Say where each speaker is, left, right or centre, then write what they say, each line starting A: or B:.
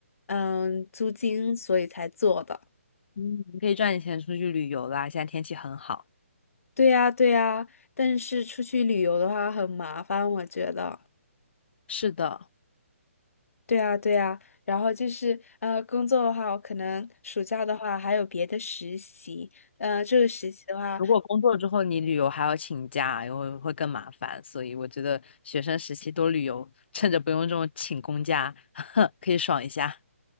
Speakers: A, on the left; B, on the left.
A: 嗯租金，所以才做的。
B: 嗯，你可以赚点钱出去旅游啦，现在天气很好。
A: 对呀，对呀，但是出去旅游的话很麻烦，我觉得。
B: 是的。
A: 对呀，对呀，然后就是呃，工作的话，我可能暑假的话还有别的实习，呃，这个实习的话，
B: 如果工作之后你旅游还要请假，然后会更麻烦，所以我觉得学生时期多旅游，趁着不用这种请公假，<laughs> 可以爽一下。